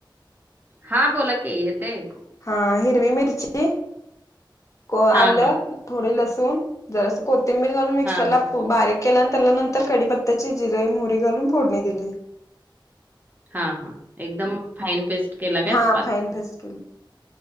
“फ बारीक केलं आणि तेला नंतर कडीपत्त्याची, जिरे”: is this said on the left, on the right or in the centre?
Left